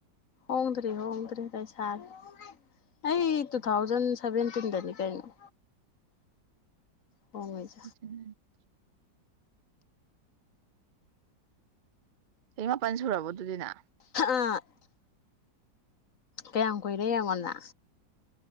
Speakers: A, on the left; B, on the right.
A: ꯍꯣꯡꯗ꯭꯭ꯔꯔꯤ ꯍꯣꯡꯗ꯭ꯔꯔꯤ ꯚꯥꯏ ꯁꯥꯔ ꯑꯩ ꯇꯨ ꯊꯥꯎꯖꯟ ꯁꯚꯦꯟꯇꯤꯟꯗꯅꯤ ꯀꯩꯅꯣ ꯍ
B: <unintelligible> ꯆꯍꯤ ꯃꯥꯄꯟ ꯁꯨꯔꯕꯣ ꯑꯗꯨꯗꯤꯅ
A: ꯑꯥ ꯀꯌꯥꯝ ꯀꯨꯏꯔꯦ ꯑꯩꯡꯉꯣꯟꯟꯅ